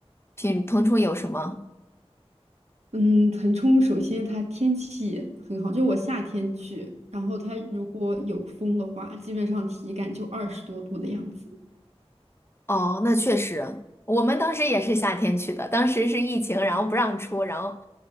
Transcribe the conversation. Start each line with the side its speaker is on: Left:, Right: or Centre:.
Left: 品腾冲有什么？
Right: 嗯，腾冲首先它天气很好，就我夏天去，然后它如果有风的话，基本上体感就二十多度的样子。
Left: 哦，那确实，我们当时也是夏天去的，当时是疫情，然后不让出，然后，